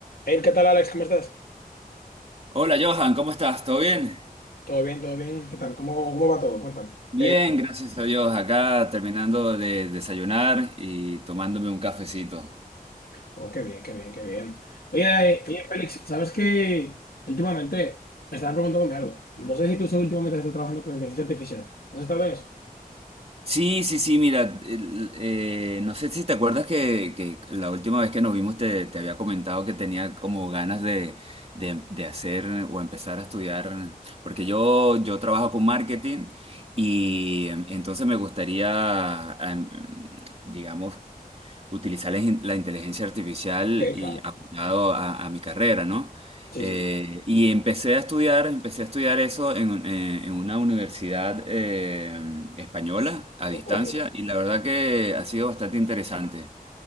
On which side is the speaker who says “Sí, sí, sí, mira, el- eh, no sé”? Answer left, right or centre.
Right